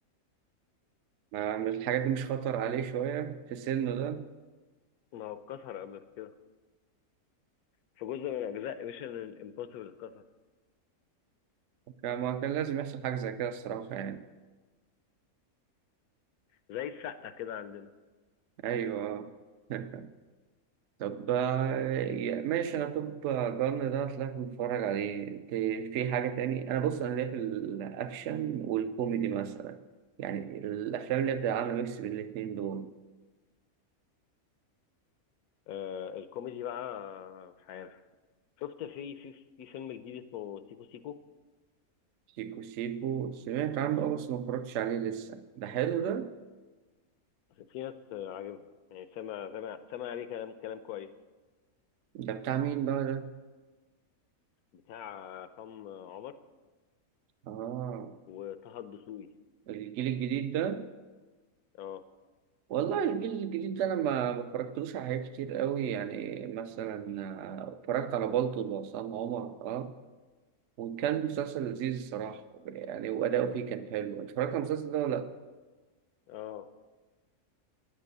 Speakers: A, on the right; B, on the left.
A: ما مش الحاجات دي مش خطر عليه شوية في سنه ده؟
B: ما هو اتكسر قبل كده في جزء من اجزاء ميشن امبوسيبل اتكسر
A: كان- ما كان لازم يحصل حاجة زي كده الصراحة يعني
B: زي السقه كده عندنا
A: أيوه <laughs> طب آه، يا- ماشي أنا توب جن ده طلعت متفرج عليه ت- في حاجة تاني أنا بص أنا ليا في الأكشن والكوميدي مثلا يعني الأفلام اللي بتبقى عاملة ميكس بين الاتنين دول
B: آه الكوميدي بقى مش عارف شفت في في في فيلم جديد اسمه سيكو سيكو
A: شيكو شيكو سمعت عنه اه بس ما اتفرجتش عليه لسه ده حلو ده
B: في ناس آه، عاجبها يعني سامع سامع سامع عليه كلام كلام كويس
A: ده بتاع مين بقى ده
B: بتاع عصام عمر
A: اه
B: وطه الدسوقي
A: الجيل الجديد ده
B: اه
A: والله الجيل الجديد ده انا ما ما اتفرجتلوش على حاجات كتير قوي يعني مثلا آه، اتفرجت على بالطو وعصام عمر اه وكان مسلسل لذيذ الصراحة يعني وأداؤه فيه كان حلو اتفرجت على المسلسل ده ولا لأ؟
B: اه